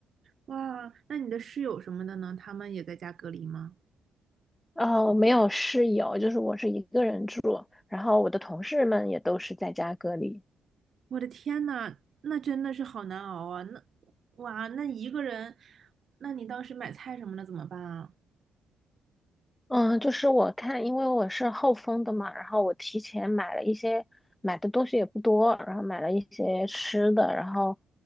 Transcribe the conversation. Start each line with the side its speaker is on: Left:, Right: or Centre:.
Right: 哇，那你的室友什么的呢？他们也在家隔离吗？
Left: 哦没有室友，就是我是一个人住，然后我的同事们也都是在家隔离。
Right: 我的天呐，那真的是好难熬啊！那哇，那一个人，那你当时买菜什么的怎么办啊？
Left: 嗯，就是我看，因为我是后封的嘛，然后我提前买了一些，买的东西也不多，然后买了一些吃的，然后，